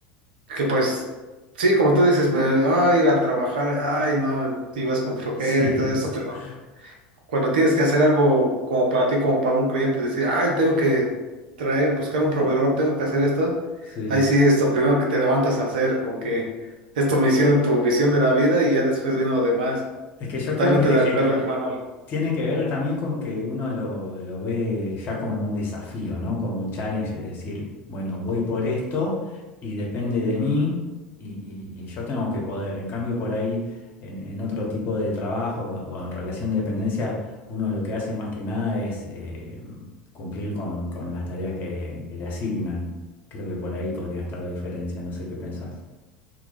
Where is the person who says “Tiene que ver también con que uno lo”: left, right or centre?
Left